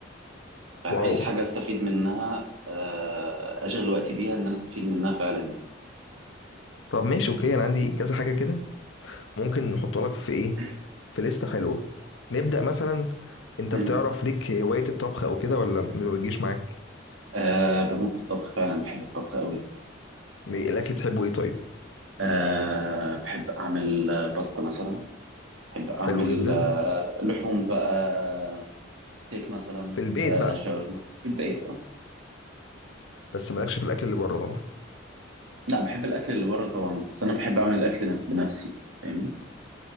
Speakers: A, on the left; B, on the right.
A: <laughs>
B: فعايز
A: واو
B: حاجة أستفيد منها أه أشغل وقتي بيها إن أنا أستفيد منها فعلا يعني
A: طب ماشي اوكي انا عندي كذا حاجه كده ممكن نحطها لك في ايه
B: <clears throat>
A: في لسته حلوه نبدا مثلا انت
B: مم.
A: بتعرف ليك هوايه الطبخ او كده ولا ما بتجيش معاك
B: أه بموت في الطبخ فعلا بحب الطبخ قوي
A: ايه الاكل بتحبه ايه طيب
B: أه بحب أعمل آه، باستا مثلا أحب أعمل
A: حلو جدا
B: آه، لحوم بقى ستيك مثلا
A: في البيت
B: آه،
A: بقى
B: شاورما في البيت اه
A: بس مالكش في الاكل اللي بره طبعا
B: لا بحب الأكل اللي بره طبعا بس أنا بحب أعمل الأكل بنفسي فاهمني